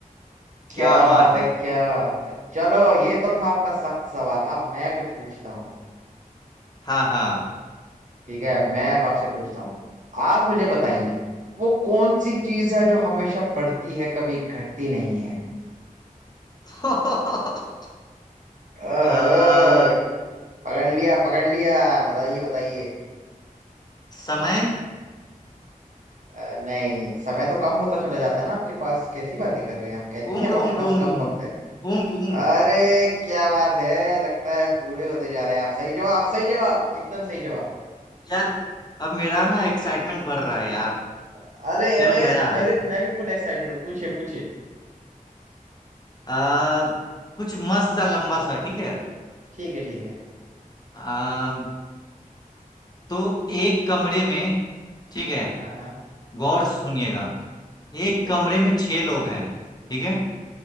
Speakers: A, on the right; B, on the left.
A: क्या
B: क्या बात
A: बात
B: है
A: है क्या बात है चलो ये तो था आपका सख्त सवाल अब मैं कुछ पूछता हूँ
B: हाँ हाँ
A: ठीक है मैं अब आपसे पूछता हूँ आप मुझे बताइए वो कौन सी चीज है जो हमेशा बढ़ती है कभी घटती नहीं है
B: <laughs>
A: ओहो
B: आ,
A: पकड़ लिया पकड़ लिया बताइए बताइए
B: समय
A: अ, नहीं समय तो कम होता चला जाता है ना आपके पास कैसी बातें कर रहे हैं आप कहती
B: उम्र
A: नहीं अब आपके
B: उम्र
A: पास
B: उम्र
A: कम
B: उम्र
A: वक्त है
B: उम्र उम्र
A: अरे क्या बात है लगता है बूढ़े होते जा रहे हैं आप सही जवाब सही जवाब एकदम सही जवाब
B: यार अब मेरा ना एक्साइटमेंट बढ़ रहा है यार
A: अरे
B: चलो
A: अरे
B: मजा आ रहा
A: मेरे
B: है
A: मैं भी फुल एक्साइटेड हूँ पूछिए पूछिए
B: आ, कुछ मस्त सा लंबा सा ठीक है
A: ठीक है ठीक है
B: आ, तो एक कमरे में ठीक है
A: हाँ हाँ
B: गौर से सुनिएगा
A: ठीक
B: एक
A: है
B: कमरे में छह लोग हैं ठीक है